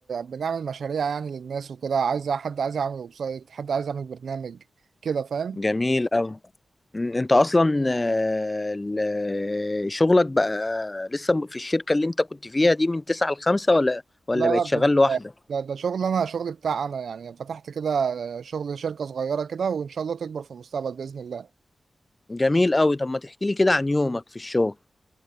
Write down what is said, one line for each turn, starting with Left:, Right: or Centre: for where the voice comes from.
Right: بنعمل مشاريع يعني للناس وكده عايز حد عايز يعمل ويب سايت حد عايز يعمل برنامج كده فاهم
Left: جميل اوي مم، انت اصلا آه، ال- شغلك بقى لسه في الشركة اللي انت كنت فيها دي من تسعة لخمسة ولا ولا
Right: لا لا
Left: بقيت
Right: ده
Left: شغال
Right: ده
Left: لوحدك
Right: ده ده شغل انا شغل بتاع انا يعني فتحت كده آه، شغل شركه صغيره كده وان شاء الله تكبر في المستقبل باذن الله
Left: جميل اوي طب ما تحكي لي كده عن يومك في الشغل